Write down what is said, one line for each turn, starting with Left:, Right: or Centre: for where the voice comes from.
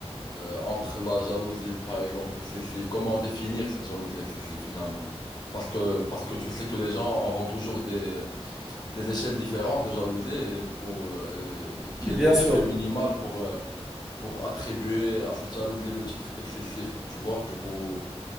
Left: euh, entre la jalousie, par exemple, excessive? Comment définir cette jalousie excessive, finalement? Parce que, parce que tu sais que les gens auront toujours des, des échelles différentes de jalousie. et Pour, euh, quel
Centre: Oui, bien
Left: est le
Centre: sûr.
Left: seuil minimal pour, euh, pour attribuer à cette jalousie le titre d'excessif? Tu vois? Du coup,